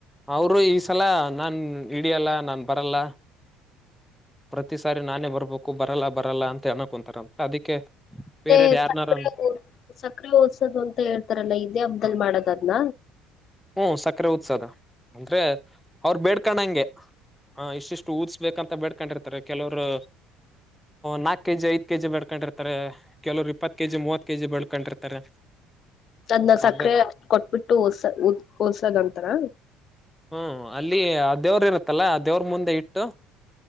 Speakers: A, in the centre; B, on the left.
A: ಅವರು ಈ ಸಲ ನಾನ್ ಇಡಿಯಲ್ಲ ನಾನ ಬರಲ್ಲ ಪ್ರತಿ ಸಾರಿ ನಾನೇ ಬರ್ಬೇಕು ಬರಲ್ಲ ಬರಲ್ಲ ಅಂತ ಅಣಕ್ ಕುಂತಾರಂತ ಅದಕ್ಕೆ
B: ಮತ್ತೆ
A: ಬೇರೆಯವ್ರ್ ಯಾರ್ನಾರ
B: ಸಕ್ರ ಸಕ್ರೆ ಓದಸೋದು ಅಂತ ಹೇಳ್ತಾರಲ್ಲ ಇದೇ ಹಬ್ಬ್ದದಲ್ಲಿ ಮಾಡೋದದ್ನ
A: ಹ್ಮ ಸಕ್ಕರೆ ಉದ್ಸ ಅದ ಅಂದ್ರೆ ಅವರು ಬೇಡ್ಕೊಂಡಂಗೆ ಇಷ್ಟಿಷ್ಟು ಊದಸ್ಬೇಕಂತ ಬೇಡ್ಕೊಂಡಿರ್ತಾರೆ ಕೆಲವರು ನಾಕ್ ಕೆಜಿ ಐದ ಕೆಜಿ ಬೇಡ್ಕೊಂಡಿರ್ತಾರೆ ಕೆಲವರು ಇಪ್ಪತ್ತು ಕೆ ಜಿ ಮೂವತ್ ಕೆ ಜಿ ಬೆಳ್ಕೊಂಡಿರ್ತಾರೆ
B: ತನ್ನ ಸಕ್ಕರೆ
A: ಅದ
B: ಕೊಟ್ಬಿಟ್ಟು ಹೋದ್ಸಲ ಅಂತನಾ
A: ಹ್ಮ್ ಅಲ್ಲಿ ಆ ದೇವ್ರ ಇರತ್ತಲ್ಲ ಆ ದೇವ್ರ ಮುಂದೆ ಇಟ್ಟು